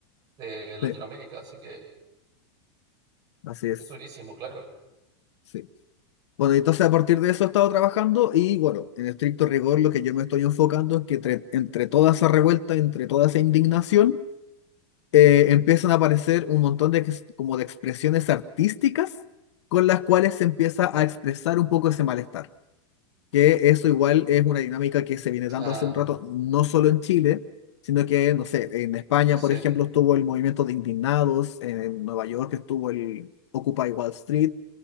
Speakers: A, on the right; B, on the left.
A: de Latinoamérica,
B: sí,
A: así que
B: así es,
A: es durísimo, claro.
B: sí. Bueno, entonces a partir de eso he estado trabajando y bueno, en estricto rigor lo que yo me estoy enfocando es que entre, entre toda esa revuelta, entre toda esa indignación, eh, empiezan a aparecer un montón de, ex- como de expresiones artísticas con las cuales se empieza a expresar un poco ese malestar. Que eso igual es una dinámica que se viene dando
A: Ah,
B: hace un rato, no solo en Chile, sino que, no sé, en España,
A: sí.
B: por ejemplo, estuvo el movimiento de indignados, en Nueva York estuvo el Occupy Wall Street.